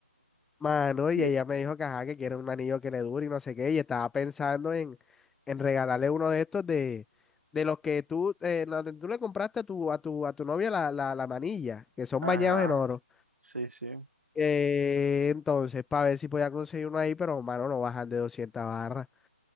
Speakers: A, in the centre; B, on the right.
A: Mano, y
B: Y-
A: ella me dijo que ajá, que quiere un anillo que le dure y no sé qué, y estaba pensando en, en regalarle uno de estos de, de los que tú, eh, los que tú le compraste a tu, a tu, a tu novia la, la, la manilla, que son
B: Ajá,
A: bañados en oro.
B: sí, sí,
A: Eh, entonces, para ver si podía conseguir uno ahí, pero mano, no bajan de 200 barras,